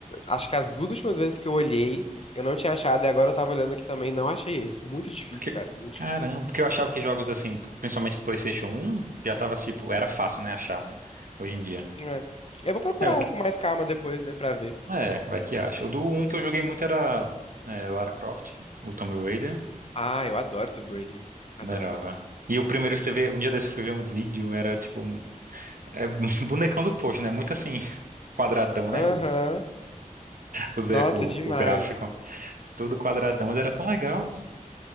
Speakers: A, on the left (about 45°); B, on the right (about 80°).
A: Acho que as duas últimas vezes que eu olhei, eu não tinha achado, e agora eu tava olhando aqui também, não achei esse. Muito difícil,
B: Porque,
A: cara, muito
B: caramba,
A: difícil.
B: porque eu achava que jogos assim, principalmente do PlayStation um, já tava tipo, era fácil, né, achar, né? Hoje em dia.
A: É. Eu vou procurar
B: É, o que...
A: com mais calma depois, né, pra ver.
B: é, vai que acha. O do um que eu joguei muito era é, Lara Croft, o Tomb Raider,
A: Ah, eu adoro Tomb Raider. Adoro.
B: não era, vá. E o primeiro que você vê, um dia desse eu fui ver um vídeo, era tipo, um- é, <laughs> bonecão do posto, né? Muito assim, <laughs> quadradão,
A: Aham.
B: né? Os, os,
A: Nossa,
B: e- o,
A: demais.
B: o gráfico, tudo quadradão, mas era tão legal, assim,